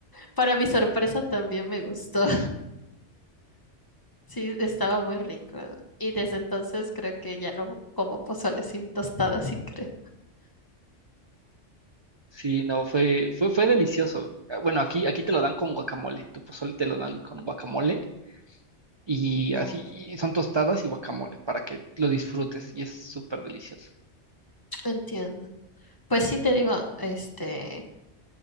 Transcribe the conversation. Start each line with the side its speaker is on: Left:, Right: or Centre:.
Left: para mi sorpresa también me gustó. Sí, estaba muy rico. Y desde entonces creo que ya no como pozole sin tostada, sí creo.
Right: Sí, no, fue, fue, fue delicioso. Ah, Bueno, aquí, aquí te lo dan con guacamole, tu pozole te lo dan con guacamole y
Left: Oh,
Right: así y son tostadas y guacamole para que lo disfrutes y es súper delicioso.
Left: entiendo. Pues sí, te digo, este,